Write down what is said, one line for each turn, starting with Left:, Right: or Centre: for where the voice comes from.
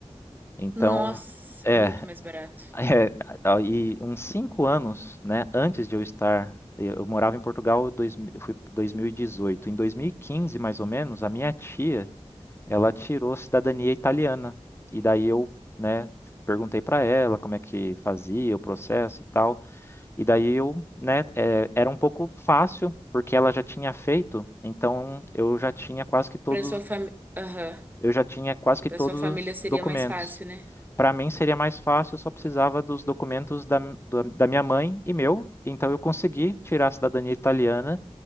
Left: Então,
Right: Nossa,
Left: é,
Right: muito mais barato.
Left: é, a- e uns cinco anos, né, antes de eu estar, eu eu morava em Portugal, dois, eu fui 2018. Em 2015, mais ou menos, a minha tia, ela tirou cidadania italiana. E daí eu, né, perguntei para ela como é que fazia o processo e tal. E daí eu, né, é, era um pouco fácil, porque ela já tinha feito, então eu já tinha quase que todos,
Right: Pra
Left: os-
Right: sua família.
Left: eu já tinha quase que
Right: Para
Left: todos
Right: sua família
Left: os
Right: seria
Left: documentos.
Right: mais fácil, né?
Left: Para mim seria mais fácil, eu só precisava dos documentos da, da, da minha mãe e meu, então eu consegui tirar a cidadania italiana